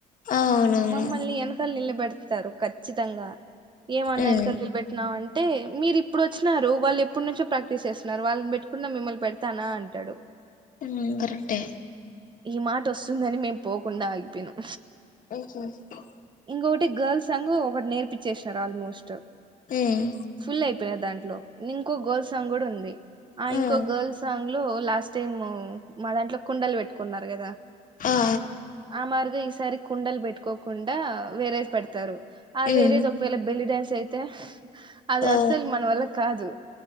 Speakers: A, on the left; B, on the right.
A: అవునవును
B: మమ్మల్ని వెనకలు నిలబెడతారు ఖచ్చితంగా ఏమన్నా
A: ఉమ్
B: వెనకలు అంటే మీరు ఇప్పుడు వచ్చినారు వాళ్ళు ఎప్పుడు నుంచో ప్రాక్టీస్ చేస్తున్నారు వాళ్ళని పెట్టుకున్న మిమ్మల్ని పెడతానా అంటే డు
A: ముందరట్టే
B: ఈ మాట వస్తుందని మేం పోకుండా ఆగిపోనుం
A: కా
B: ఇంకొకటి గర్ల్స్ అంగు ఒకటి నేర్పిచ్చేసినారు ఆల్మోస్ట్
A: ఉమ్
B: ఫుల్ అయిపోయిన దాంట్ ఇంకో గల్ంగ్ కూడా ఉంది ఇంకో
A: ఉమ్
B: గల్ంగ్ లాస్ట్ టైమ్ మా దాంట్లో కుండలు పెట్టుకున్నారు కదా
A: ఆ
B: ఆ మార్గా ఈసారి కుండలు పెట్టుకోకుండా వేరేది పెడతారు ఆ వేరేది
A: ఉమ్
B: ఒకవేళ బెల్లి డ్యాన్స్ అయితే అది
A: ఓ
B: అసలు మన వల్ల కాదు